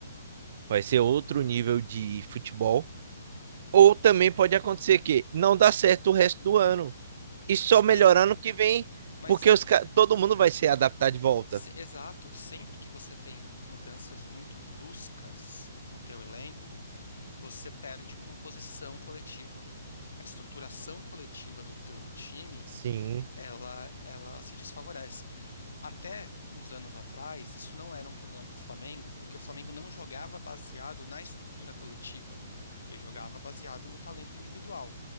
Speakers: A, on the right; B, on the left.
A: Vai ser outro nível de futebol. Ou também pode acontecer que não dá certo o resto do ano. E só
B: Sim,
A: melhorando que vem,
B: mas
A: porque
B: sem,
A: os, ca- todo mundo vai se adaptar de volta.
B: se- exato, sempre que você tem mudanças muito bruscas no teu elenco, você perde composição coletiva. A estruturação coletiva do teu time,
A: Sim,
B: ela, ela se desfavorece. Até uns anos atrás, isso não era um problema para o Flamengo, porque o Flamengo não jogava baseado na estrutura coletiva. Ele jogava baseado no talento individual.